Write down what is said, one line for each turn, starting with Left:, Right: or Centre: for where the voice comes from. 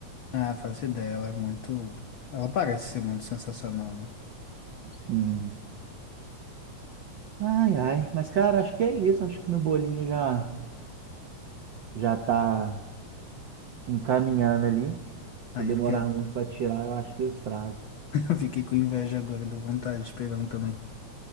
Left: Ah, faço ideia, ela é muito. Ela parece ser muito sensacional, né?
Right: Sim. Ai, ai. Mas, cara, acho que é isso. Acho que meu bolinho já já tá encaminhando ali. Se
Left: Aí
Right: eu demorar
Left: eu fiquei, <laughs>
Right: muito para tirar, eu acho que eu estrago.
Left: eu fiquei com inveja agora, deu vontade de pegar um também.